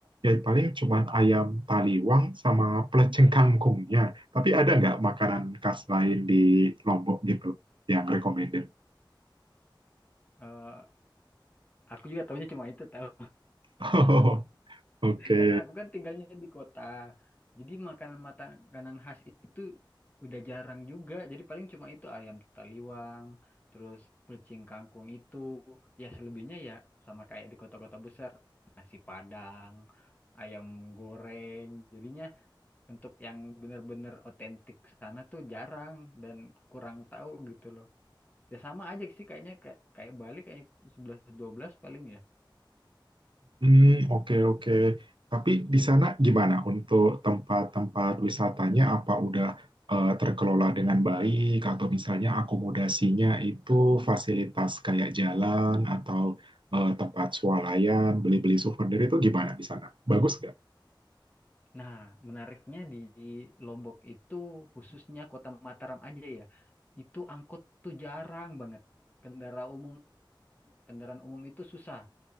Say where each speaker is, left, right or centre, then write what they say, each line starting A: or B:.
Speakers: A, on the right; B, on the left.
A: ya paling cuman ayam taliwang sama pelecing kangkungnya. Tapi ada nggak makanan khas lain di Lombok gitu yang recommended?
B: Eh, aku juga tahunya cuma itu tahu
A: <laughs> Oke,
B: Karena aku kan tinggalnya di kota. Jadi makanan makanan khas itu udah jarang juga. Jadi paling cuma itu ayam taliwang, terus pecing kangkung itu. Ya selebihnya ya sama kayak di kota-kota besar, nasi Padang, ayam goreng. Jadinya untuk yang bener-bener otentik sana tuh jarang dan kurang tahu gitu loh. Ya sama aja sih kayaknya kayak kayak Bali kayak 11 12 paling ya.
A: Hmm, oke, oke. Tapi di sana gimana untuk tempat-tempat wisatanya? Apa udah eh, terkelola dengan baik atau misalnya akomodasinya itu fasilitas kayak jalan atau eh, tempat swalayan, beli-beli souvenir itu gimana di sana? Bagus
B: Nah, menariknya di Lombok itu khususnya Kota Mataram aja ya. Itu angkot tuh jarang banget. Kendaraan umum, kendaraan umum itu susah.